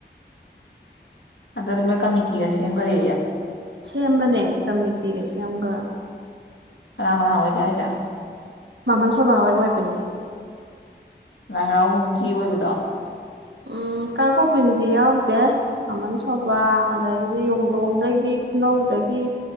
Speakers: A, on the left (about 80°); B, on the right (about 80°).
A: ꯑꯗꯨ ꯃꯣꯏ ꯀꯃꯤꯇꯤꯒ ꯁꯦꯝꯈ꯭ꯔꯦ
B: ꯁꯦꯝꯕꯅꯦ ꯀꯃꯤꯇꯤꯒ ꯁꯦꯝꯈ꯭ꯔꯥ
A: ꯍꯔꯥꯡ ꯍꯔꯥꯡ ꯑꯣꯏꯒꯦ ꯍꯥꯏꯁꯦ
B: ꯃꯃꯟ ꯁꯣꯏꯕ ꯍꯣꯏ ꯑꯣꯏꯕꯅꯦ
A: ꯂꯥꯏ ꯍꯔꯥꯎꯒꯤ ꯑꯣꯏꯕꯗꯣ
B: ꯎꯝ ꯀꯥꯒꯣꯕꯤꯟꯗꯤ ꯌꯥꯎꯗꯦ ꯑꯃꯟ ꯁꯕꯥ ꯑꯗꯒꯤꯗꯤ ꯌꯣꯡꯗꯣꯡꯗꯒꯤ ꯈꯨꯅꯧꯗꯒꯤ